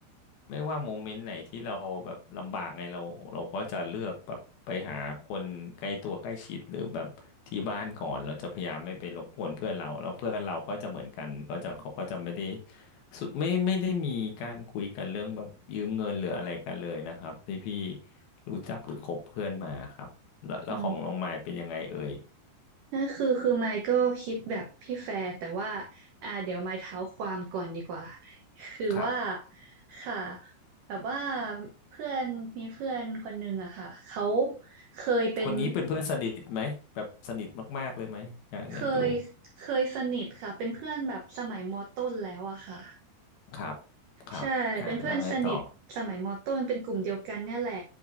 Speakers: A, on the left (about 70°); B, on the right (about 80°).
A: ไม่ว่าโมเมนต์ไหนที่เราแบบลำบากไงเราเราก็จะเลือกแบบไปหาคนใกล้ตัวใกล้ชิดหรือแบบที่บ้านก่อนเราจะพยายามไม่ไปรบกวนเพื่อนเราแล้วเพื่อนเราก็จะเหมือนกันก็จะเขาก็จะไม่ได้ สุดไม่ไม่ได้มีการคุยกันเรื่องแบบยืมเงินหรืออะไรกันเลยนะครับที่พี่รู้จักหรือคบเพื่อนมาครับแล้วแล้วของน้องมายเป็นยังไงเอ่ย
B: อ๋อ นั่นคือคือไมค์ก็คิดแบบพี่แฟร์แต่ว่าอ่าเดี๋ยวไมค์เท้าความก่อนดีกว่าคือว่า
A: ครับ
B: ค่ะแบบว่าเพื่อนมีเพื่อนคนหนึ่งอะค่ะเขาเคยเป็น
A: คนนี้เป็นเพื่อนสนิทไหมแบบสนิทมากๆเลยไหมอยากอยากรู้
B: เคยเคยสนิทค่ะเป็นเพื่อนแบบสมัยมต้นแล้วอะค่ะ
A: ครับครับอ่าแล้วไงต่อ
B: ใช่เป็นเพื่อนสนิทสมัยมต้นเป็นกลุ่มเดียวกันเนี่ยแหละ